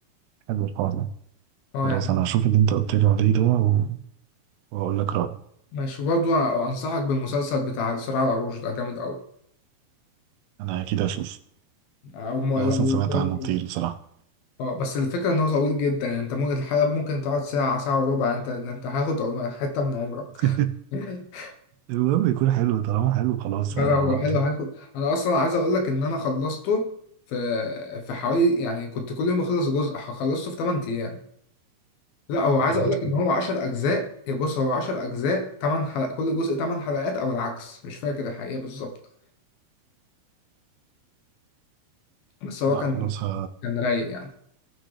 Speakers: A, on the right; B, on the left.
A: حلو الحوار ده
B: اه
A: خلاص
B: يعني
A: انا هشوف اللي انت قلت لي عليه ده و... واقول لك رأيي
B: ماشي برضو انصحك بالمسلسل بتاع صراع العروش ده جامد قوي
A: انا اكيد هشوف
B: او م-
A: انا
B: لو
A: اصلا سمعت
B: برضو
A: عنه كتير بصراحة
B: اه بس الفكره ان هو طويل جدا يعني انت ممكن الحلقه ممكن تقعد ساعه ساعه وربع انت انت هاخد حته من عمرك
A: <laughs>
B: <laughs>
A: المهم يكون حلو طالما حلو خلاص
B: لا
A: هودي
B: لا هو حلو هاخد انا اصلا عايز اقول لك ان انا خلصته في في حوالي يعني كنت كل يوم اخلص جزء خلصته في 8 ايام لا هو
A: طب
B: عايز
A: وانت؟
B: اقول لك ان هو 10 اجزاء يا بص هو 10 اجزاء 8 حلقات كل جزء 8 حلقات او العكس مش فاكر الحقيقة بالظبط بس هو
A: لا
B: كان
A: خلاص ه...
B: كان رايق يعني